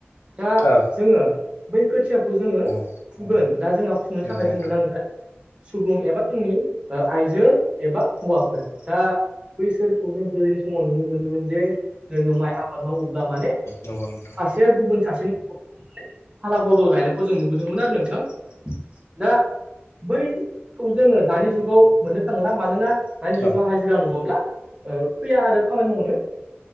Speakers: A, on the right; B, on the left.
A: दा
B: औ
A: जोङो बै खोथियाखौ जोङो
B: नंगौ
A: फुगोन दा जोंहा फुनो
B: नंगौ
A: थाखाय
B: नोंथां
A: जोंनो नांगोन सुबुं एबा जोंनि ओ आइजो एबा हौवाफोर दा बैसोरखौ जों गोदोनि समाव नुनो मोनोमोन जे जोङो माइ आबाद मावोब्ला माने
B: नंगौ नोंथां
A: सासेया गुबुन सासेनि फाला बदल गायनायखौ जों नुबोदों। दोंमोन आरो नोंथां दा बैखौ जोङो दानि जुगाव मोननो थांला मानोना दानि जुगाव
B: औ
A: हाजिरा नङाब्ला फैया आरो खामानि मावनो